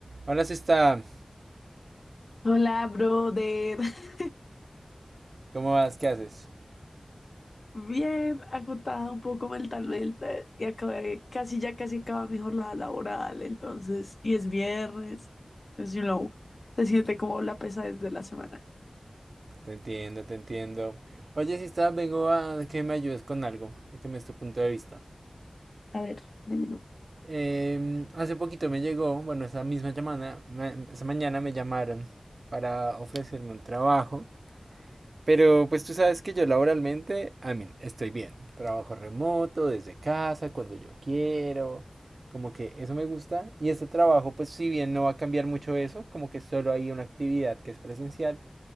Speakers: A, on the right (about 75°); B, on the left (about 65°).
A: Hola, si está.
B: Hola, brother. <laughs>
A: ¿Cómo vas? ¿Qué haces?
B: Bien, agotada un poco mentalmente y acabé, casi ya casi acaba mi jornada laboral, entonces, y es viernes, entonces, you know, se siente como la pesadez de la semana.
A: Te entiendo, te entiendo. Oye, si está, vengo a que me ayudes con algo, a que me des tu punto de vista.
B: A ver, dímelo.
A: Em, hace poquito me llegó, bueno, esa misma llamada, me- esa mañana me llamaron para ofrecerme un trabajo. Pero pues tú sabes que yo laboralmente, a mí, estoy bien. Trabajo remoto, desde casa, cuando yo quiero. Como que eso me gusta. Y este trabajo, pues si bien no va a cambiar mucho eso, como que solo hay una actividad que es presencial